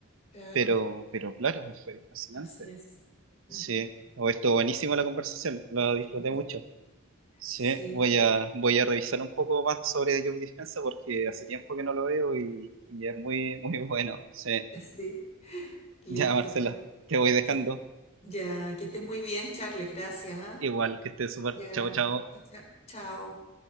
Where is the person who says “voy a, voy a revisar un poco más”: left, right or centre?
Right